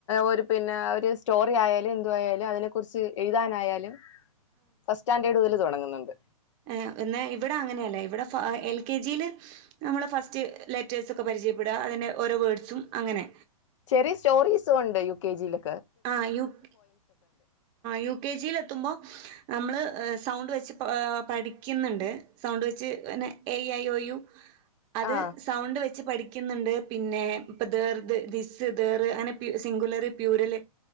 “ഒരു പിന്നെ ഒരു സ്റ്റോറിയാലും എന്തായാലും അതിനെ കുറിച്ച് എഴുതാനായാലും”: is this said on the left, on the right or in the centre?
Left